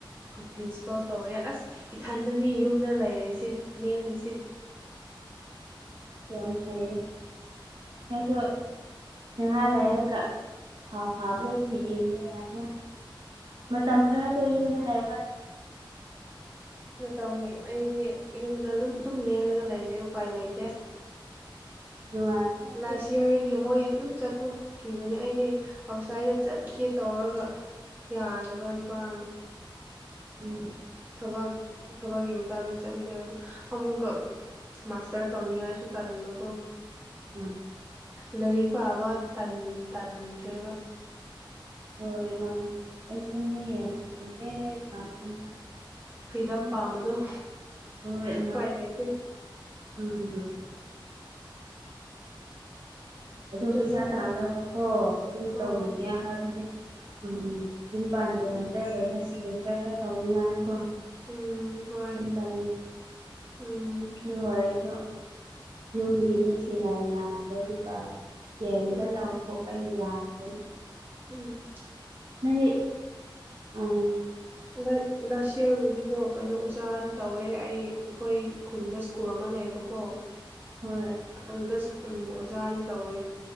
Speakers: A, on the right (about 25°); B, on the right (about 60°).
A: ꯄ꯭ꯔꯤꯟꯁꯤꯄꯥꯜ ꯇꯧꯔꯦ ꯑꯁ ꯏꯊꯟꯗꯅꯤ ꯌꯨꯝꯗ ꯂꯩꯔꯦꯁꯦ ꯂꯦꯜꯂꯤꯁꯦ ꯁ
B: ꯌꯝꯈ ꯑꯁꯨ ꯉꯍꯥ ꯂꯩꯔꯒ ꯐꯥꯕꯗ ꯑꯗꯨꯝ ꯌꯦꯡꯕ ꯌꯥꯏꯅ ꯃ ꯃꯇꯝ ꯈꯔꯗ ꯌꯗꯅ ꯂꯩꯍꯕꯅꯨꯡ
A: ꯃꯇꯝ ꯑꯩꯗꯤ ꯌꯨꯝꯗ ꯑꯗꯨꯝ ꯂꯦꯜꯂꯒ ꯂꯩꯔꯦ ꯎꯄꯥꯏ ꯂꯩꯇꯦ
B: ꯎꯝ ꯅꯨꯡꯉꯥꯏꯕꯅꯦ ꯑꯗꯨꯁꯨ
A: ꯂꯥꯁ ꯏꯔꯒꯤ ꯃꯣꯏ ꯑꯗꯨꯝ ꯆꯠꯊꯣꯛꯈꯤꯕꯅꯦ ꯑꯩꯗꯤ ꯑꯥꯎꯠꯁꯥꯏꯗꯠꯇ ꯆꯠꯀꯦ ꯇꯧꯔꯒ ꯌꯥꯗꯕ ꯏ ꯄꯅ
B: ꯎꯝ
A: ꯊꯕꯛ ꯊꯕꯛꯀꯤ ꯃꯇꯥꯡꯗ ꯆꯠꯂꯒꯦ ꯑꯗꯨꯒ ꯑꯃꯨꯛꯀ ꯃꯥꯁꯇꯔ ꯇꯧꯅꯤꯡꯉꯥꯏꯁꯨ ꯇꯅꯤꯡꯕꯀꯣ
B: ꯎꯝ
A: ꯂꯥꯏꯔꯤꯛ ꯄꯥꯕ ꯇꯟꯈ꯭ꯔꯦꯕ
B: ꯍꯣꯏ ꯃꯥꯅꯦ ꯑꯩꯁꯨ ꯌꯦꯍꯦꯗꯅ
A: ꯐ꯭ꯔꯤꯗꯝ ꯄꯥꯝꯕꯗꯣ
B: ꯍꯣꯏ
A: ꯎꯄꯥꯏ
B: ꯃꯥ
A: ꯂꯩꯇꯦ
B: ꯎꯝ ꯑꯗꯨꯝ
A: ꯀꯩꯅꯣ
B: ꯄꯩꯁꯥ ꯇꯥꯅꯕꯀꯣ ꯑꯗꯨꯝ
A: ꯑꯣ
B: ꯇꯧꯅꯤꯡꯒꯦ ꯍꯥꯏꯕꯒꯤ ꯎꯝ ꯌꯨꯝ ꯄꯥꯟꯗꯦ ꯉꯇꯈꯩꯅ ꯁꯤꯗꯤ ꯈꯔ ꯈꯔ ꯇꯧꯅꯤꯡꯉꯥꯏ ꯀꯣ
A: ꯎꯝ ꯍꯣꯏ
B: ꯇ
A: ꯎꯝ
B: ꯌꯋꯥ ꯆ ꯌꯨꯝꯒꯤ ꯃꯤꯁꯤꯡꯅ ꯌꯥꯗꯒ ꯀꯦꯝꯗ
A: ꯎꯝ
B: ꯇꯧꯊꯣꯛꯄ ꯌꯥꯏ ꯎ
A: ꯎꯝ
B: ꯅꯪꯦ ꯎ ꯑ
A: ꯂ ꯂ ꯇꯤꯌꯔꯕꯨꯗꯤꯀꯣ ꯀꯩꯅꯣ ꯑꯣꯖꯥꯗꯤ ꯇꯧꯋꯦ ꯑꯩ ꯑꯩꯈꯣꯏ ꯈꯨꯟꯗ ꯁ꯭ꯀꯨꯜ ꯑꯃ ꯂꯩꯌꯦꯕꯀꯣ
B: ꯍꯣꯏ
A: ꯑꯗꯨꯗ ꯎ ꯑꯣꯖꯥꯗꯤ ꯇꯧꯋꯦ